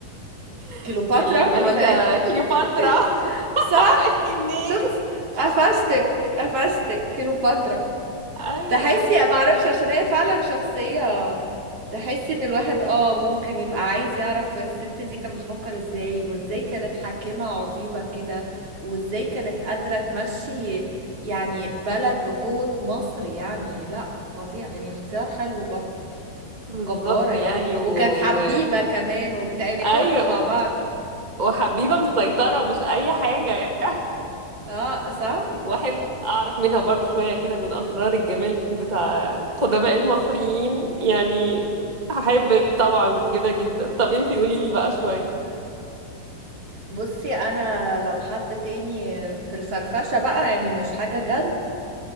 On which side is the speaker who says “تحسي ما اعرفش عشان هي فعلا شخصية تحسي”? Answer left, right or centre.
Right